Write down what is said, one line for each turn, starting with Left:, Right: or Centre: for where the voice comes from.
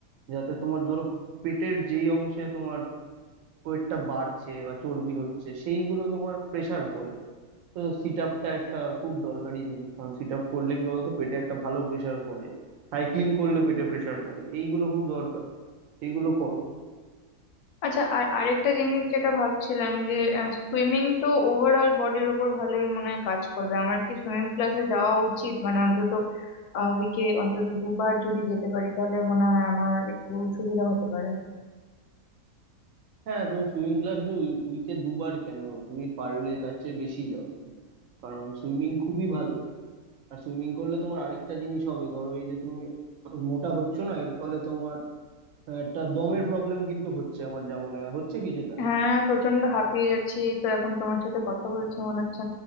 Right: যাতে তোমার ধরো পেটের যেই অংশে তোমার ওয়েটটা বাড়ছে বা চর্বি হচ্ছে সেইগুলো তোমার প্রেসার পড়ে তো সিট আপটা একটা খুব দরকারি জিনিস কারণ সিট আপ করলে কি বলতো পেটে একটা ভালো প্রেসার পড়ে সাইক্লিং করলে পেটে প্রেসার পড়ে এইগুলো খুব দরকার এইগুলো করো
Left: আচ্ছা আর আরেকটা জিনিস যেটা ভাবছিলাম যে সুইমিং তো ওভারঅল বডির ওপর ভালোই মনে হয় কাজ করবে আমার কি সুইমিং ক্লাসে যাওয়া উচিত মানে অন্তত উইকে অন্তত দুবার যদি যেতে পারি তাহলে মনে হয় আমার একটু সুবিধা হতে পারে
Right: হ্যাঁ তুমি সুইমিং ক্লাসে উইকে দুবার কেন তুমি পারলে তার চেয়ে বেশি যাও কারণ সুইমিং খুবই ভালো আর সুইমিং করলে তোমার আরেকটা জিনিস হবে ধরো এই যে তুমি মোটা হচ্ছ না এর ফলে তোমার আহ, একটা দমের প্রবলেম কিন্তু হচ্ছে আমার যা মনে হয় হচ্ছে কি সেটা
Left: হ্যাঁ প্রচন্ড হাঁপিয়ে যাচ্ছি এই তো এখন তোমার সাথে কথা বলছি মনে হচ্ছে